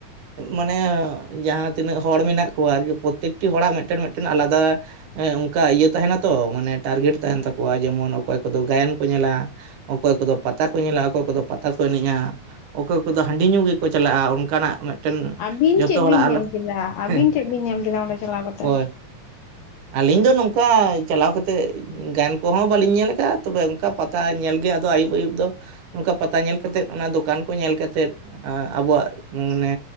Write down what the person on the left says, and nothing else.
ᱟᱹᱵᱤᱱ
ᱪᱮᱫ
ᱵᱤᱱ ᱧᱮᱞ
ᱠᱮᱫᱟ ᱟᱹᱵᱤᱱ
ᱪᱮᱫ ᱵᱤᱱ ᱧᱮᱞ ᱠᱮᱫᱟ ᱚᱸᱰᱮ ᱪᱟᱞᱟᱣ ᱠᱟᱛᱮᱫ